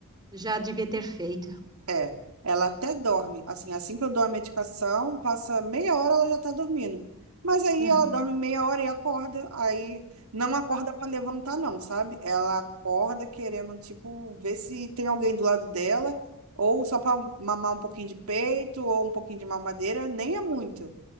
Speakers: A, on the right; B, on the right.
A: já devia ter feito.
B: É, ela até dorme. Assim, assim que eu dou a medicação, passa meia hora ela já tá dormindo. Mas aí
A: Ah,
B: ela dorme meia hora e acorda, aí não acorda para levantar não, sabe? Ela acorda querendo tipo ver se tem alguém do lado dela ou só para mamar um pouquinho de peito ou um pouquinho de mamadeira, nem é muito.